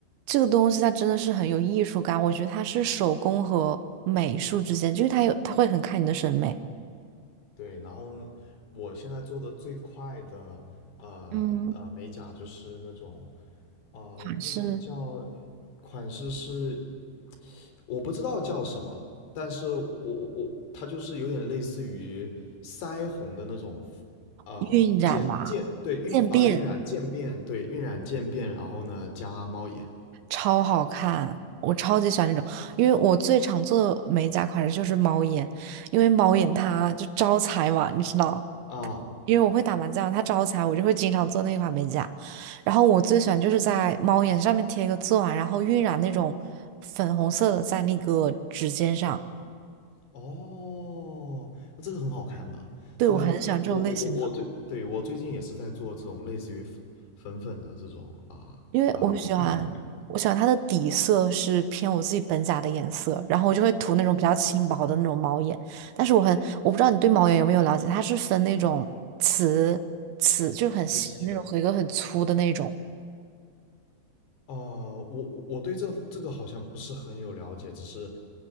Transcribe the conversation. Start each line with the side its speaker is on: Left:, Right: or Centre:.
Right: 这个东西它真的是很有艺术感，我觉得它是手工和美术之间，就是它有，它会很看你的审美，
Left: 对，然后我现在做的最快的呃呃美甲就是那种
Right: 嗯，
Left: 呃那种叫
Right: 款式、
Left: 款式是我不知道叫什么，但是我我我它就是有点类似于腮红的那种呃渐渐对晕啊、
Right: 晕染嘛、渐变，
Left: 晕染渐变对晕染渐变，然后呢加猫眼
Right: 超好看。我超级喜欢这种，因为我最常做的美甲款式就是猫眼，因为猫眼它就招财嘛，你知道，
Left: 啊。
Right: 因为我会打麻将，它招财，我就会经常做那款美甲。然后我最喜欢就是在猫眼上面贴一个钻，然后晕染那种粉红色的在那个指尖上。
Left: 哦，那这个很好看的，
Right: 对，
Left: 这个这个，
Right: 我很喜欢这种类型的，
Left: 我我我我嗯最，对，我最近也是在做这种类似于粉粉粉的这种啊啊晕染可能
Right: 因为我喜欢，我喜欢它的底色是偏我自己本甲的颜色，然后我就会涂那种比较轻薄的那种猫眼。但是我很，我不知道你对猫眼有没有了解，它是分那种瓷瓷，就是很细的那种，
Left: 分析的。
Right: 和一个很粗的那种。
Left: 哦、我我对这这个好像不是很有了解，只是